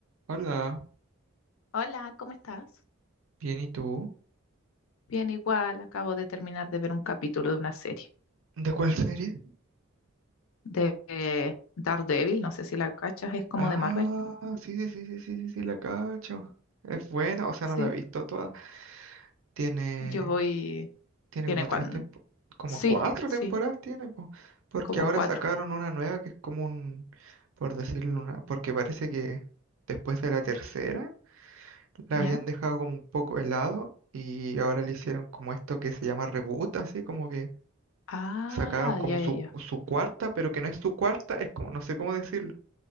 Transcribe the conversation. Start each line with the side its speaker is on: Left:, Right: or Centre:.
Right: Hola,
Left: Hola, ¿cómo estás?
Right: bien, ¿y tú?
Left: Bien, igual, acabo de terminar de ver un capítulo de una serie
Right: ¿De cuál serie?
Left: de eh, Daredevil, no sé si la cachas, es como
Right: Ah,
Left: de Marvel.
Right: sí, sí, sí, sí, sí, sí, sí, la cacho. Es buena, o sea,
Left: Sí,
Right: no la he visto toda. Tiene,
Left: yo voy,
Right: tiene
Left: tiene
Right: como tres
Left: cuan,
Right: tempo, como
Left: sí,
Right: cuatro
Left: sí,
Right: temporadas tiene, po, porque
Left: como
Right: ahora
Left: cuatro,
Right: sacaron una nueva que es como un, por decirlo una, porque parece que después de la tercera la
Left: ¿ya?
Right: habían dejado como un poco helado y ahora le hicieron como esto que se llama reboot, así como que
Left: Ah,
Right: sacaron como
Left: ya,
Right: su,
Left: ya, ya.
Right: su cuarta, pero que no es su cuarta, es como, no sé cómo decirlo.